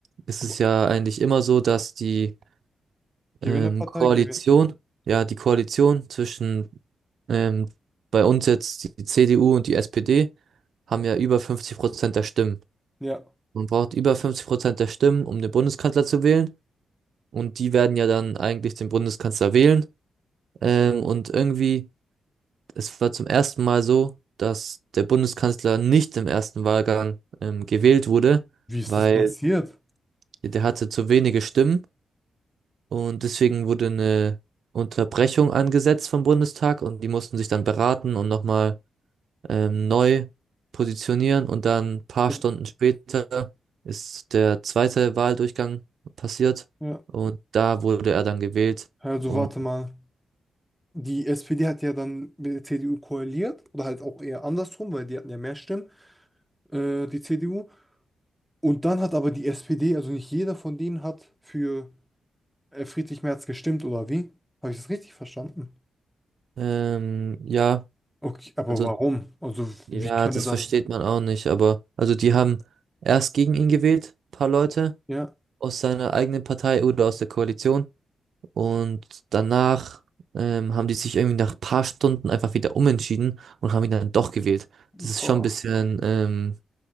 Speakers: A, on the right (about 70°); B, in the centre.
A: ist
B: Aber
A: es ja eigentlich immer so, dass die
B: Gewinnerpartei
A: ähm, Koalition,
B: gewinnt.
A: ja, die Koalition zwischen ähm, bei uns jetzt die CDU und die SPD haben ja über 50% der Stimmen.
B: Ja.
A: Man braucht über 50 Prozent der Stimmen, um den Bundeskanzler zu wählen. Und die werden ja dann eigentlich den Bundeskanzler wählen. Ähm, und irgendwie, es war zum ersten Mal so, dass der Bundeskanzler nicht im ersten Wahlgang ähm, gewählt wurde,
B: Wie ist
A: weil
B: das passiert?
A: der hatte zu wenige Stimmen. Und deswegen wurde eine Unterbrechung angesetzt vom Bundestag und die mussten sich dann beraten und nochmal ähm, neu positionieren und dann ein paar
B: Also,
A: Stunden später ist der zweite Wahldurchgang passiert
B: ja.
A: und da wurde er dann gewählt.
B: Also
A: Und
B: warte mal. Die SPD hat ja dann mit der CDU koaliert oder halt auch eher andersrum, weil die hatten ja mehr Stimmen, äh, die CDU. Und dann hat aber die SPD, also nicht jeder von denen hat für äh, Friedrich Merz gestimmt oder wie? Habe ich das richtig verstanden?
A: ähm, ja,
B: Okay, aber
A: also
B: warum? Also
A: ja,
B: wie kann
A: das
B: er dann?
A: versteht man auch nicht, aber also die haben erst gegen ihn gewählt, paar Leute
B: Ja,
A: aus seiner eigenen Partei oder aus der Koalition und danach ähm, haben die sich irgendwie nach paar Stunden einfach wieder umentschieden und haben ihn dann doch gewählt.
B: boah.
A: Das ist schon ein bisschen ähm,